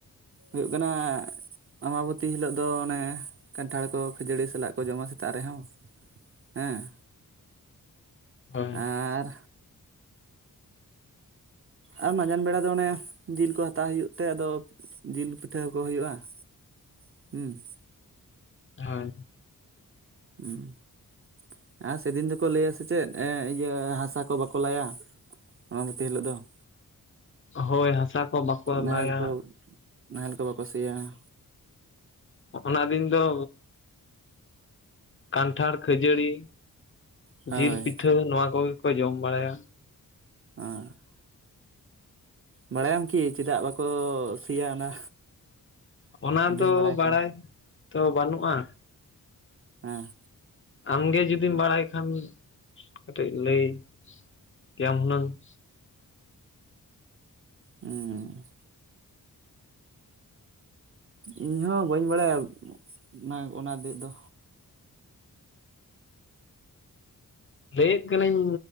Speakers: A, on the right; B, on the left.
A: ᱦᱩᱭᱩᱜ ᱠᱟᱱᱟ ᱟᱢᱟᱵᱚᱛᱤ ᱦᱤᱞᱳᱜ ᱫᱚ, ᱚᱱᱮ ᱠᱟᱱᱴᱷᱟᱲ ᱠᱚ ᱠᱷᱟᱹᱡᱟᱹᱲᱤ ᱥᱟᱞᱟᱜ ᱠᱚ ᱡᱚᱢᱟ ᱥᱮᱛᱟᱜ ᱨᱮᱦᱚᱸ, ᱦᱮᱸ
B: ᱦᱳᱭ
A: ᱟᱨ ᱟᱨ ᱢᱟᱡᱟᱱ ᱵᱮᱲᱟ ᱫᱚ ᱚᱱᱮ ᱡᱤᱞ ᱠᱚ ᱦᱟᱛᱟᱣ ᱦᱩᱭᱩᱜ ᱛᱮ, ᱟᱫᱚ ᱡᱤᱞ ᱯᱤᱴᱷᱟᱹ ᱠᱚ ᱦᱩᱭᱩᱜᱼᱟ ᱾ ᱦᱩᱸ,
B: ᱦᱳᱭ <unintelligible>
A: ᱦᱩᱸ <unintelligible> ᱟᱨ ᱥᱮᱫᱤᱱ ᱫᱚᱠᱚ ᱞᱟᱹᱭᱟ ᱥᱮ ᱪᱮᱫ ᱮᱸ ᱤᱭᱟᱹ, ᱦᱟᱥᱟ ᱠᱚ ᱵᱟᱠᱚ ᱞᱟᱭᱟ ᱚᱢᱟᱵᱚᱛᱤ ᱦᱤᱞᱳᱜ ᱫᱚ ᱾
B: ᱦᱳᱭ ᱦᱟᱥᱟ ᱠᱚ ᱵᱟᱠᱚ
A: ᱱᱟᱦᱮᱞ
B: ᱞᱟᱭᱟ
A: ᱠᱚ ᱱᱟᱦᱮᱞ ᱠᱚ ᱵᱟᱠᱚ ᱥᱤᱭᱟ ᱾
B: ᱚᱱᱟ ᱫᱤᱱ ᱫᱚ ᱠᱟᱱᱴᱷᱟᱲ, ᱠᱷᱟᱹᱡᱟᱹᱲᱤ
A: ᱦᱳᱭ
B: ᱡᱤᱞ ᱯᱤᱴᱷᱟᱹ ᱱᱚᱣᱟ ᱠᱚᱜᱮ ᱠᱚ ᱡᱚᱢ ᱵᱟᱲᱟᱭᱟ,
A: ᱟᱨ <unintelligible> ᱵᱟᱲᱟᱭᱟᱢ ᱠᱤ ᱪᱮᱫᱟᱜ ᱵᱟᱠᱚ ᱥᱤᱭᱟ ᱚᱱᱟ?
B: ᱚᱱᱟ
A: ᱡᱩᱫᱤᱢ
B: ᱫᱚ ᱵᱟᱲᱟᱭ
A: ᱠᱷᱟᱱ
B: ᱛᱚ ᱵᱟᱹᱱᱩᱜᱼᱟ।
A: ᱦᱮᱸ,
B: ᱟᱢᱜᱮ ᱡᱩᱫᱤᱢ ᱵᱟᱲᱟᱭ ᱠᱷᱟᱱ ᱠᱟᱹᱴᱤᱡ ᱞᱟᱹᱭ ᱠᱮᱭᱟᱢ ᱦᱩᱱᱟᱹᱝ ᱾
A: ᱩᱸᱻ ᱤᱧ ᱦᱚᱸ ᱵᱟᱹᱧ ᱵᱟᱲᱟᱭᱟ ᱚᱱᱟ ᱚᱱᱟ ᱫᱤ ᱫᱚ,
B: ᱞᱟᱹᱭᱮᱫ ᱠᱟᱹᱱᱟᱹᱧ